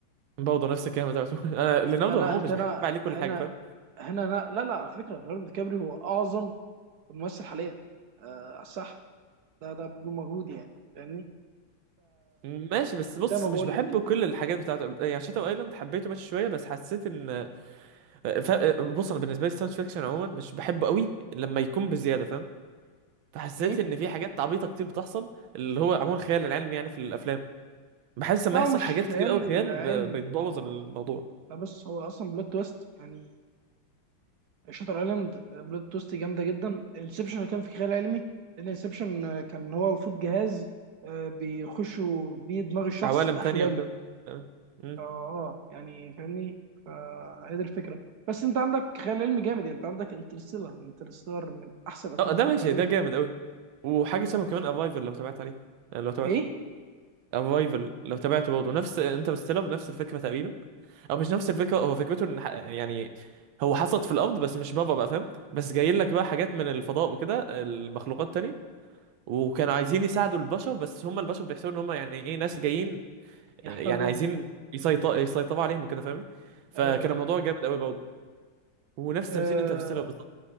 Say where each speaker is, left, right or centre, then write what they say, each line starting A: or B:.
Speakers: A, on the right (about 80°); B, on the right (about 65°).
A: برضه نفس الكلام ما تابعتوش <laughs> انا ليناردو
B: لا لا
A: عموما
B: انت
A: مش
B: هنا
A: بحب اتابع عليه كل
B: هنا
A: حاجه فاهم
B: هنا لا لا, لا على فكره ليوناردو دي كابري هو اعظم ممثل حاليا آه صح ده ده بدون مجهود يعني فاهمني
A: ماشي بس بص
B: زي ما بقول
A: مش بحب
B: لك
A: كل الحاجات بتاعته يعني شاتر ايلاند حبيته ماشي شويه بس حسيت ان ف... آه، بص انا بالنسبه لي ساينس فيكشن عموما مش بحبه قوي لما يكون بزياده فاهم فحسيت
B: ايه
A: ان في حاجات عبيطه كتير بتحصل اللي هو عموما خيال العلمي يعني في الافلام بحس لما
B: لا
A: يحصل
B: هو مش
A: حاجات
B: خيال
A: كتير قوي خيال
B: علمي
A: ب... بيتبوظ
B: هو
A: الموضوع
B: لا بص هو اصلا بلوت تويست يعني شاتر ايلاند بلوت توست جامده جدا انسبشن كان في خيال علمي لان انسبشن كان هو المفروض جهاز آه، بيخشوا بيه دماغ الشخص
A: عوالم
B: في
A: تانية
B: احلامه
A: وكده تمام. مم.
B: اه آه، يعني فاهمني فهي دي الفكره بس انت عندك خيال علمي جامد يعني انت عندك انترستيلر انترستيلر من احسن الافلام
A: اه ده
B: اللي اتفرجت
A: ماشي
B: عليه
A: ده جامد قوي وحاجه شبه كمان افايفر لو تابعت عليه آه، لو تابعته
B: ايه
A: افايفل لو تابعته برضه نفس انترستيلر نفس الفكره تقريبا او مش نفس الفكره هو فكرته ان ح- يعني هو حصلت في الارض بس مش بابا بقى فاهم بس جايين لك بقى حاجات من الفضاء وكده المخلوقات تاني وكانوا عايزين يساعدوا البشر بس هم البشر بيحسوا ان هم يعني ايه ناس جايين
B: يحتلهم
A: آه، يعني عايزين يسيطر يسيطروا عليهم وكده فاهمني فكان
B: آه
A: الموضوع جامد قوي برضه ونفس
B: آه
A: تمثيل انترستيلر بالظبط